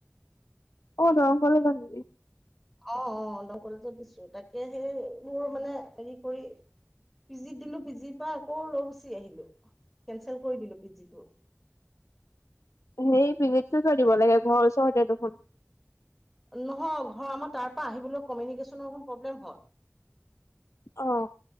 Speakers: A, on the left; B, in the centre.
A: অ দৰঙ কলেজত নেকি?
B: অহ অহ দৰঙ কলেজত দিছো তাকে সেইবোৰ মানে হেৰি কৰি পিজিত দিলো পিজিৰ পৰা আকৌ লৈ গুচি আহিলো কেনচেল কৰি দিলো পি জি টো। <unintelligible>
A: সেই বিবেক দিব লাগে ঘৰওচৰতে দেখোন।
B: নহয়, ঘৰ আমাৰ তাৰ পৰা আহিবলৈ কমিউনিকেশ্বনৰ অকণ প্ৰব্লেম হয়।
A: অ'হ।